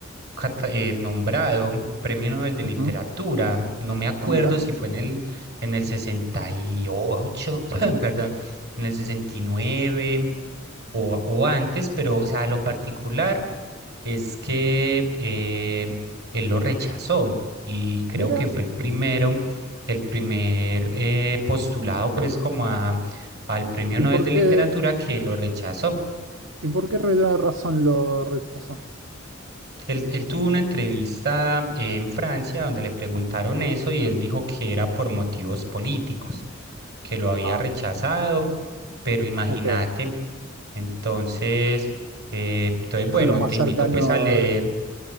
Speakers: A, on the right (about 55°); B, on the right (about 70°).
A: cata- eh, nombrado Premio Nobel de Literatura.
B: Ujú.
A: No me acuerdo
B: Ah, mira,
A: si fue en el, en el 68, <clears throat> perdón, en el 69 o, o antes, pero, o sea, lo particular es que eh, él lo rechazó y creo
B: mira.
A: que fue el primero el primer eh, postulado pues como a- al Premio
B: ¿Y
A: Nobel
B: por
A: de
B: qué,
A: Literatura que lo rechazó.
B: y por qué Rey razón lo rechazó?
A: Él, él tuvo una entrevista en Francia donde le preguntaron eso y él dijo que era por motivos políticos, que lo había
B: Ah,
A: rechazado, pero imagínate.
B: ok.
A: Entonces, eh, entonces, bueno,
B: Yo lo más
A: te invito
B: cercano.
A: pues a leer
B: eh,